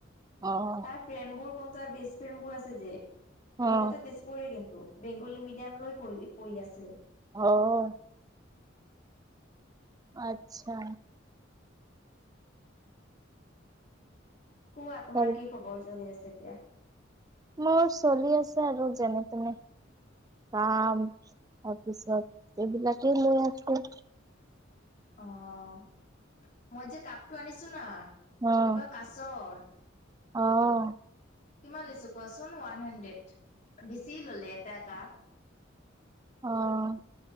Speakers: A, on the right; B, on the left.
A: অ',
B: তাৰ ফ্ৰেণ্ডবোৰ কোন তাৰ বেষ্ট ফ্ৰেণ্ড বোৰ আছে যে-
A: অ',
B: সিহঁতে তেজপুৰৰে, বেংগলী মিডিয়াম লৈ পঢি পঢ়ি আছে।
A: অঁ' আচ্ছা
B: কোৱা? তোমাৰ
A: তাৰ
B: কি খবৰ চলি আছে। যেতিয়া
A: মোৰ চলি আছে আৰু যেনে তেনে। কাম, তাৰপিছত- এইবিলাকেই লৈ আকৌ
B: অ' মই যে কাপটো আনিছো ন,
A: অ',
B: পুৰা কাছৰ
A: অ'
B: কিমান লিছু? পচন ওৱান হণ্ড্ৰেড। বেছি ললে, এটা কাপ
A: অ'